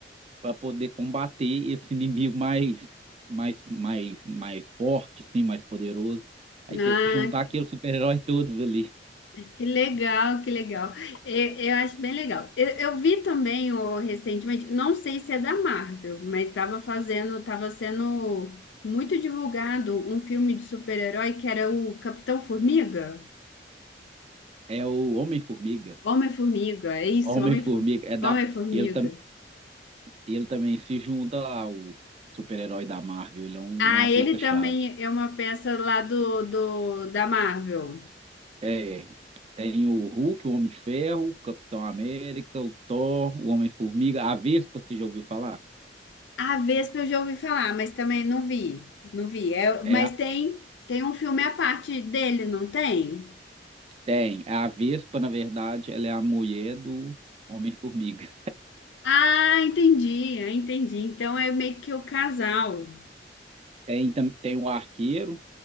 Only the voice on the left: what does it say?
Ah,
Que legal, que legal. Eu, eu acho bem legal. Eu, eu vi também o, recentemente, não sei se é da Marvel, mas estava fazendo, estava sendo muito divulgado um filme de super-herói que era o Capitão Formiga.
Homem-Formiga, é isso,
Homem-Formiga.
Homem-Formiga.
Ah,
ele
também é uma peça lá do, do da Marvel.
A Vespa eu já ouvi falar, mas também não vi. Não vi. É, mas
tem, tem um filme à parte dele, não tem?
Ah, entendi, ah, entendi. Então é meio que o casal.